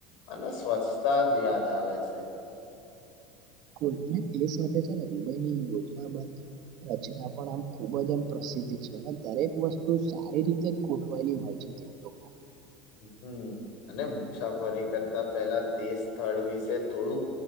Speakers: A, on the left (about 65°); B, on the right (about 55°).
A: અને સ્વચ્છતા જ યાદ આવે છે. <inaudible>
B: પૂલ અને તે સાથે ને દુબઈની યોજના બંધ રચના પણ આમ ખુબ જ એમ પ્ર સીધ છે અને દરેક વસ્તુ સારી રીતે ગોઠવાયેલી હોય છે ત્યાં તો
A: હમ્મ અને મુસાફરી કરતા પેલા તે સ્થળ વિશે થોડુંક